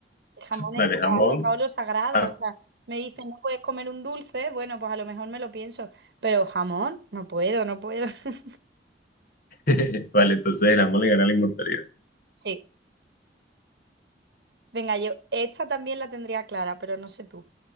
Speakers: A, on the right (about 65°); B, on the left (about 55°).
A: El jamón
B: Vale,
A: es que
B: jamón.
A: ha tocado lo sagrado.
B: Ah,
A: O sea, me dicen, no puedes comer un dulce. Bueno, pues a lo mejor me lo pienso, pero jamón, no puedo, no puedo. <laughs>
B: <laughs> Vale, entonces el jamón le gana la inmortalidad.
A: Sí. Venga, yo esta también la tendría clara, pero no sé tú.